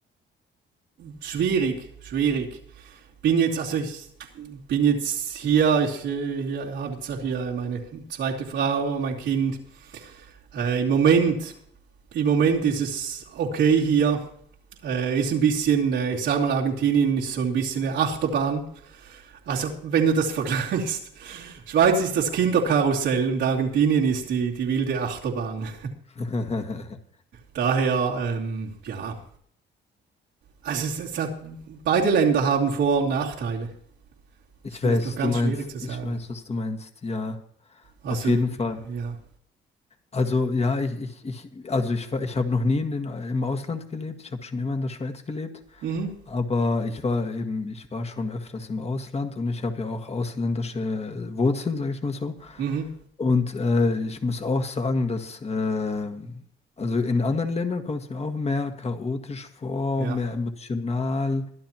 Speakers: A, on the right; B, on the left.
A: schwierig, schwierig. Bin jetzt, also ich bin jetzt hier, ich äh, hier, habe jetzt auch hier meine zweite Frau, mein Kind. Äh, Im Moment, im Moment ist es okay hier. Äh, ist ein bisschen, äh, ich sag mal, Argentinien ist so ein bisschen eine Achterbahn. Also wenn du das <laughs> vergleichst, Schweiz ist das Kinderkarussell und Argentinien ist die, die wilde Achterbahn.
B: <laughs>
A: Daher, ähm, ja, also es, es hat, beide Länder haben Vor- und Nachteile.
B: Ich
A: Es ist
B: weiß,
A: noch
B: was
A: ganz
B: du meinst.
A: schwierig zu sagen.
B: Ich weiß, was du meinst. Ja,
A: Also,
B: auf jeden Fall.
A: ja.
B: Also ja, ich ich ich also ich war ich habe noch nie in den im Ausland gelebt. Ich habe schon immer in der Schweiz gelebt.
A: Mhm,
B: Aber ich war eben, ich war schon öfters im Ausland und ich habe ja auch ausländische Wurzeln, sage ich mal so.
A: mhm,
B: Und äh, ich muss auch sagen, dass, äh, also in anderen Ländern kommt es mir auch mehr chaotisch vor,
A: ja,
B: mehr emotional.